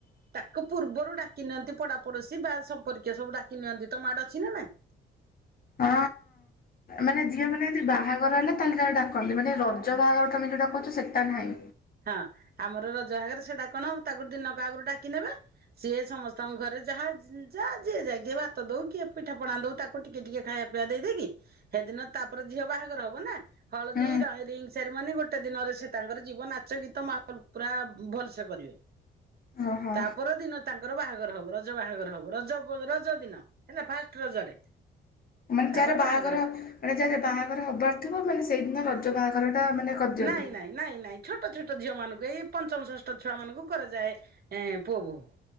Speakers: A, on the right (about 50°); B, on the left (about 45°).
A: ତାକୁ ପୂର୍ବରୁ ଡାକି ନିଅନ୍ତି ପଡା ପଡୋଶୀ ବା ସମ୍ପ କିଏ ସବୁ ଡ଼ାକି ନିଅନ୍ତି ତମ ଆଡେ ଅଛି କି ନାହିଁ?
B: ହଁ ମାନେ ଝିଅ ମାନେ ଯୋଉ ବାହା ଘର ହେଲେ ତାହେ ତାକୁ ଡାକନ୍ତି ମାନେ ରଜ ବାହାଘର ତମେ ଯୋଉଟା କହୁଚ ସେଟା ନୁହେଁ?
A: ହଁ ଆମର ରଜ ଆଗରେ ସେଇଟା କଣ ହବ ତାକୁ ଦିନକ ଆଗରୁ ଡାକି ନେବେ ସିଏ ସମସ୍ତଙ୍କ ଘରେ ଯାହା ଯାହା ଯିଏ ଯାଇ କିଏ ଭାତ ଦୋଉ କିଏ ପିଠା ପଣା ଦୋଉ ତା ଟିକେ ଟିକେ ଖାଇବା ପିଇବା ଦେଇଦେଇକି ହେଦିନ ତାପରେ ଝିଅ ବାହାଘର ହବ ନା। ହଳଦୀ
B: ହୁଁ
A: ରିଙ୍ଗ୍ ସୋରରିମନି ଗୋଟେ ଦିନରେ ସେ ତାଙ୍କର ଜୀବନ ନା। ନାଚ ଗୀତ ମାନଙ୍କ ପୁରା ଭଲସେ କରିବେ।
B: ଓହୋ
A: ତାପର ଦିନ ତାଙ୍କର ବାହାଘର ହବ ରଜ ବାହାଘର ହବ ରଜ ରଜ ଦିନ। ହେଲା ଫାଷ୍ଟ ରଜରେ?
B: ମାନେ
A: ତାପରେ
B: ଯାହାର ବାହାଘର
A: ଯାଏ।
B: ମାନେ ଯାହାର ବାହାଘର ହବାର ଥିବ ମାନେ ସେଇଦିନ ର ଜ ବାହାଘରଟା ମାନେ କରିଦିଅନ୍ତି।
A: ନାଇଁ ନାଇଁ ନାଇଁ ଛୋଟ ଛୋଟ ଝିଅ ମାନଙ୍କୁ ଏଇ ପଞ୍ଚମ ଷଷ୍ଠ ଛୁଆ ମାନଙ୍କୁ କରାଯାଏଁ ପୁଅ ବୋଉୂ।